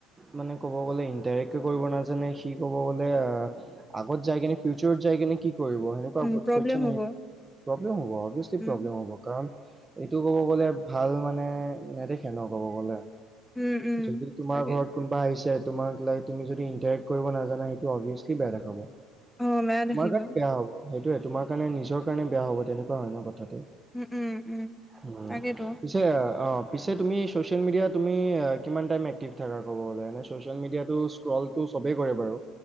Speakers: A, on the right; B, in the centre.
A: মানে ক'ব গ'লে ইণ্টাৰেক্ট কৰিব নাজানে সি ক'ব গ'লে আহ আগত যাই কিনে ফিউচাৰত যাই কিনে কি কৰিব সেনে আহ <unintelligible>
B: উম, প্ৰব্লেম হ'ব।
A: হিয় প্ৰব্লেম হ'ব অব্যেশ্লী
B: উম,
A: প্ৰব্লেম হব। কাৰণ এইটো ক'ব গ'লে ভাল মানে নেদেখে ন ক'ব গ'লে।
B: উম, উম,
A: যদি তোমাৰ
B: তাকে।
A: ঘৰত কোনোবা আহিছে তোমাক লাইক তুমি যদি ইণ্টাৰেক্ট কৰিব নাজানা সেইটো অভিয়াছলি বেয়া দেখাব। তোমাৰ
B: অ', বেয়া দেখিব।
A: কাৰণে বেয়া হব সেইটোয়ে তোমাৰ কাৰণে নিজৰ কাৰণে বেয়া হব তেনেকুৱা হয় ন কথাটো।
B: উম - উম - উম।
A: উম,
B: তাকেতো।
A: পিছে অ, পিছে তুমি ছ'চিয়েল মিডিয়া তুমি কিমান টাইম এক্টিভ থাকা ক'ব গ'লে এনে ছ'চিয়েল মিডিয়াটো ট্ৰলটো চবেই কৰে বাৰু